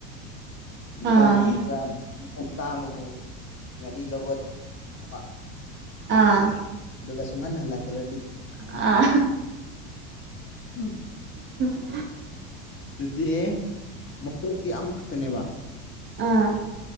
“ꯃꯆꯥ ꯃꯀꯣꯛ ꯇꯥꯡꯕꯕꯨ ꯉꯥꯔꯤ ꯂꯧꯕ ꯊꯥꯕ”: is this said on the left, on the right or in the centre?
Left